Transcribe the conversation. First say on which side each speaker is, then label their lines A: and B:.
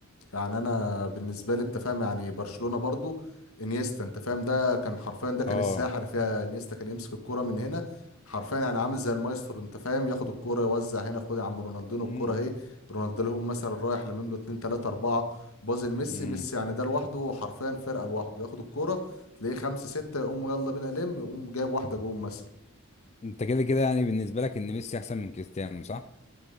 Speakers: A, on the left (about 85°); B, on the left (about 30°).
A: يعني انا بالنسبه لي انت فاهم يعني برشلونه برضو انيستا انت فاهم ده كان حرفيا ده كان
B: اه
A: الساحر فيها انيستا كان يمسك الكرة من هنا حرفيا يعني عامل زي المايسترو انت فاهم ياخد الكرة يوزع هنا خد يا عم رونالدينو
B: امم
A: الكرة اهي رونالدينو هو مثلا رايح لامم له 2 3 4 بازل ميسي
B: امم
A: ميسي يعني ده لوحده حرفيا فرقه لوحده ياخد الكرة تلاقيه 5 6 يقوم يلا بينا لم يقوم جايب واحده جون مثلا
B: انت كده كده يعني بالنسبه لك ان ميسي احسن من كريستيانو صح